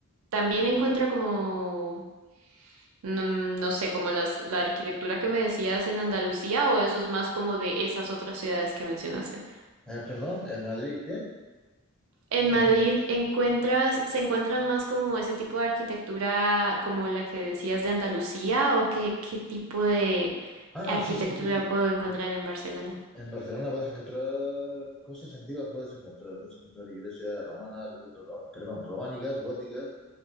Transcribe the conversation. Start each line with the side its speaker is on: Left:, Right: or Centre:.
Right: también encuentro como, no, no sé, como las, la arquitectura que me decías en Andalucía o eso es más como de esas otras ciudades que mencionaste.
Centre: Eh, perdón, en Madrid, ¿qué?
Right: En Madrid
Centre: Es-
Right: encuentras, se encuentran más como ese tipo de arquitectura como la que decías de Andalucía o qué, qué tipo de
Centre: Ah,
Right: arquitectura
Centre: sí, sí, sí, sí.
Right: puedo encontrar
Centre: Eh,
Right: en Barcelona.
Centre: En Barcelona puedes encontrar cosas antiguas, puedes encontrar, puedes encontrar iglesias romanas, ro- perdón, románicas, góticas,